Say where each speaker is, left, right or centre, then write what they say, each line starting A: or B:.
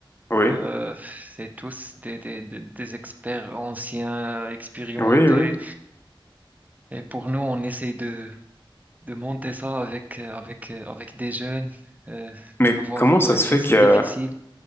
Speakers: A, on the left (about 25°); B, on the right (about 15°).
A: Oui,
B: Euh, c'est tous des, des, des des experts anciens, expérimentés.
A: oui, oui.
B: Et pour nous, on essaie de, de monter ça avec euh, avec euh, avec des jeunes euh,
A: Mais
B: de voir
A: comment ça
B: ouais
A: se
B: c'est
A: fait
B: c'est
A: qu'il
B: difficile
A: y a...